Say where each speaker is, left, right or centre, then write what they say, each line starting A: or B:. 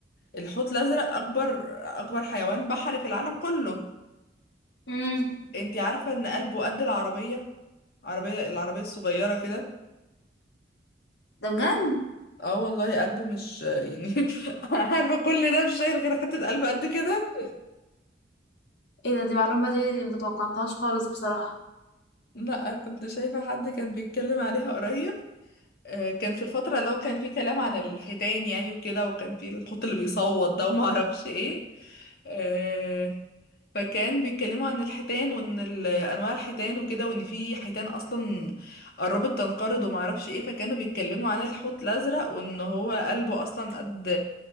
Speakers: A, on the left (about 60°); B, on the left (about 80°).
A: الحوت الازرق اكبر اكبر حيوان بحري في العالم كله
B: امم
A: انتي عارفة ان قلبه قد العربية عربية العربية الصغيرة كده
B: ده بجد
A: اه والله قلبه مش يعني <laughs> عارفة كل ده مش شايل غير حتة قلب قد كده
B: ايه ده دي معلومة دي متوقعتهاش خالص بصراحة
A: لا كنت شايفة حد كان بيتكلم عليها قريب آه، كان في الفترة اللي هو كان فيه كلام عن الحيتان يعني وكده وكان فيه الحوت اللي بيصوت ده وما اعرفش ايه آه، فكان بيتكلموا عن الحيتان وان ال- انواع الحيتان وكده وان في حيتان اصلا قربت تنقرض وما اعرفش ايه فكانوا بيتكلموا عن الحوت الازرق وان هو قلبه اصلا قد